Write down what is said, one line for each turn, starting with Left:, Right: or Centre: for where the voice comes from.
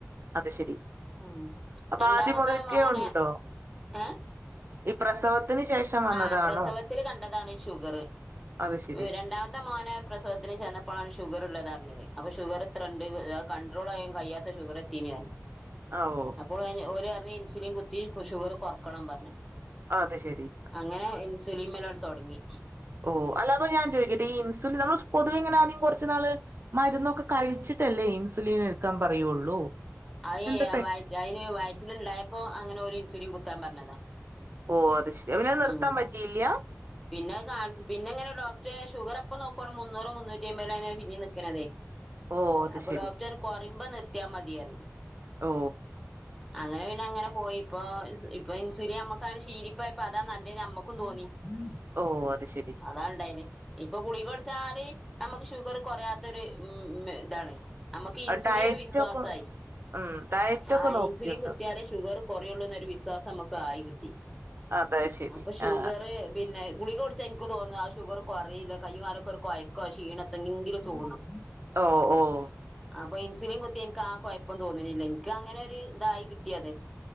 Right: അത് ശരി
Centre: ഉ
Right: അപ്പൊ
Centre: രണ്ടാമത്ത
Right: ആദ്യം മുതൽക്കേ
Centre: മോനെ
Right: ഉണ്ടോ
Centre: ഏ
Right: ഈ പ്രസവം അതി ന് ശേഷം വന്നതാണോ
Centre: ആഹ പ്രസവത്തിൽ കണ്ടതാണി ഷുഗറ്
Right: അത് ശരി
Centre: രണ്ടാമത്തെ മോനായ പ്രസവത്തിന് ചെന്നപ്പോഴാണ് ഷുഗർ ഉള്ളത് അറിഞ്ഞത് അപ്പൊ ഷുഗറെ ത്ര ഉണ്ട് അത് കണ്ട്രോൾ യ്യാൻ കഴിയാത്ത ഷുഗർ എത്തിനെയ് അ
Right: ആഓ
Centre: അപ്പൊ ൾ ഓര് റഞ്ഞി ഇൻസുലിൻ കുത്തി ഷുഗർ കുറക്കണം ന്ന് പറഞ്ഞു
Right: അ അത ശെരി
Centre: അങ്ങനെ ഇൻസുലിമൽ തുടങ്ങി
Right: ഓ അപ്പ ഞാൻ ചോദിക്കട്ടെ ഈ ഇൻസുിൻ നമ്മൾൊവ ഇങ്ങനൊണെം കുറച്ച നാള് മരുന്നൊക്കെ കഴിച്ചിട്ടല്ലേ ഇൻസുലിൻ എടുക്കാൻ പറയുള്ളൂ
Centre: അ
Right: എന്താ പെ
Centre: വ അതിന് വയറ്റിലണ്ടായപ്പോ അങ്ങനെ ഒരു ഇൻസുലിൻ കുത്താൻ പറഞ്ഞതാ
Right: ഓ അത് ശരി അന നിർത്താൻ
Centre: ഉം
Right: പറ്റിയില്ല
Centre: പിന്നെ കാ പിന്നെങ്ങനെ ഡോക്ടർ ഷുഗർ അപ്പ നോക്കുവാണ് മുന്നൂറ് മുന്നൂറ്റി അമ്പത പിന്നെ നിക്ക്ണതേ
Right: ഓ അത്
Centre: അപ്പൊ
Right: ശരി
Centre: ഡോക്ടർ കുറയ്പോ നിർത്തിയാ മതിയാണ്
Right: ഓ
Centre: അങ്ങനെ പി അങ്ങനെ പോയി ഇപ്പോ ഇപ്പൊ ഇൻസുലി നമ്മുക്ക് അങ്ങനെ ശീലിപ്പയപ്പോ അതാ നല്ലീ നമ്മക്കും തോന്നി മ
Right: ഓ അത് ശരി
Centre: അതാ ഉണ്ടായല് ഇപ്പൊ കുളികടച്ചാല് നമുക്ക് ഷുഗർ കുറയാത്തൊരു ഉ ഇതാണ് നമ്മക്ക് ഇൻസുലിൻ
Right: ഡയറ്റ്
Centre: ഒരു വിശ്വാസയി
Right: ഒക്കെ ഉം ഡയറ്റ് ഒക്കെ
Centre: ആഹ്
Right: നോക്കിയുണ്ടോ
Centre: ഇൻസുലിൻ കുത്തിയല് ഷുഗർ കൊറയുള്ളൂ എന്നൊരു വിശ്വാസം നമുക്ക് ആയി കിട്ടി
Right: അത് ശരി
Centre: അപ്പൊ ഷുഗർ
Right: ആ
Centre: പിന്നെ ഗുളിക കൊടച്ച് എനിക്ക് തോന്നുന്നു ആ ഷുഗർ കുറല്ല കയ്യ കാലൊക്കെ ഒരു കുഴയ്ക്കോ ആ ക്ഷീണക്കെ എത്തെങ്കിലും തോന്നും
Right: ഓഹ് ഓഹ്
Centre: അപ്പൊ ഇൻസുലിൻ കുത്തി എനിക്ക് ആ കുഴപ്പം തോന്നുന്നില്ല എനിക്ക് അങ്ങനെ ഒരു ഇതായി കിട്ടിയതെ